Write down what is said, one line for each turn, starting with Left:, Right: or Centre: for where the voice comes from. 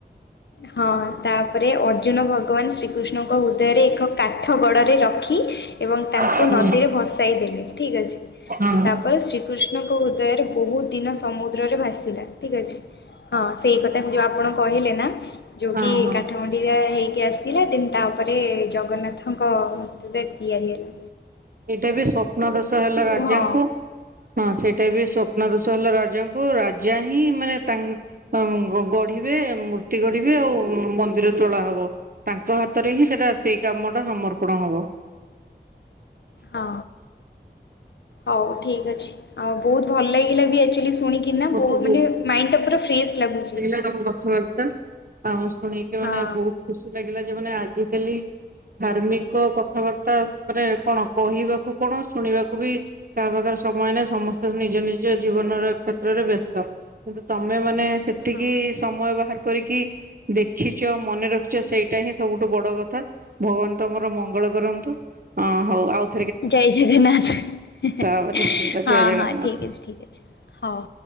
Left: ହଁ ତାପରେ ଅର୍ଜୁନ ଭଗବାନ ଶ୍ରୀକୃଷ୍ଣଙ୍କ ହୃଦୟରେ ଏକ କାଠ ଗଡ଼ରେ ରଖି ଏବଂ ତାଙ୍କୁ
Right: ହଁ
Left: ନଦୀରେ
Right: ହଁ
Left: ଭସାଇ ଦେଲେ ଠିକ୍ ଅଛି
Right: ହଁ ହଁ
Left: ତାପରେ ଶ୍ରୀ କୃଷ୍ଣଙ୍କ ହୃଦୟରେ ବହୁତ ଦିନ ସମୁଦ୍ରରେ ଭାସିଲା ଠିକ୍ ଅଛି ହଁ ସେଇ କଥା ତାକୁ ଯେଉଁ ଆପଣ କହିଲେ ନା ଯେଉଁ
Right: ହଁ
Left: କି
Right: ହଁ
Left: କାଠମୁଣ୍ଡିରେ ହେଇକି ଆସି ଆସିଲା ଦିନ୍ ତାପରେ ଜଗନ୍ନାଥଙ୍କ <unintelligible> ରେ ତିଆରି ହେଲା‌।
Right: ସେଇଟା ବି ସ୍ବପ୍ନ ଦୋଷ ହେଲା ରାଜାଙ୍କୁ।
Left: ହଁ
Right: ହଁ ସେଇଟା ବି ସ୍ଵପ୍ନ ଦୋଷ ହେଲା ରାଜାଙ୍କୁ ରାଜା ହିଁ ମାନେ ତା ଉଁ ଗ-ଗ ଗଢିବେ ମୂର୍ତ୍ତି ଗଢିବେ ଆଉ ମନ୍ଦିର ତୋଳା ହବ। ତାଙ୍କ ହାତରେ ହିଁ ସେଟା ସେଇ କାମ ଟା ସମର୍ପଣ ହବ।
Left: ହଁ ହୋଉ ଠିକ୍ ଅଛି। ଆଉ ବୋହୁତ ଭଲ ଲାଗିଲା ବି ଆକଚ୍ୟୁଆଲି ଶୁଣିକିନା
Right: ମତେ
Left: ବୋହୁ ମାନେ ମାଇଣ୍ଡଟା ପୁରା ଫ୍ରେଶ ଲାଗୁଚି।
Right: ଠାକୁରଙ୍କ କଥାବାର୍ତ୍ତା ଆ ଶୁଣିକି ମାନେ
Left: ହଁ
Right: ବୋହୁତ ଖୁସି ଖୁସି ଲାଗିଲା ଯେ ମାନେ ଆଜିକାଲି ଧାର୍ମିକ କଥାବାର୍ତ୍ତା ଉପରେ କଣ କହିବାକୁ କଣ ଶୁଣିବାକୁ ବି କାହା ପାଖରେ ସମୟ ନାହି ସମସ୍ତେ ନିଜ ନିଜ ଜୀବନର କ୍ଷେତ୍ରରେ ବ୍ୟସ୍ତ। କିନ୍ତୁ ତମେ ମାନେ ସେତିକି
Left: ହଁ
Right: ସମୟ ବାହାର କରିକି ଦେଖିଚ ମନେ ରଖିଚ ସେଇଟା ହିଁ ସବୁଠୁ ବଡ କଥା। ଭଗବାନ ତମର ମଙ୍ଗଳ କରନ୍ତୁ ଆ ହୋଉ ଆଉ
Left: ଜୟ ଜଗନ୍ନାଥ ହେଁ ହେଁ
Right: ହବା ନିଶ୍ଚିନ୍ତ ଜୟ
Left: ହଁ
Right: ଜଗନ୍ନାଥ।
Left: ହଁ ଠିକ୍ ଅଛି ଠିକ୍ ଅଛି ହୋଉ।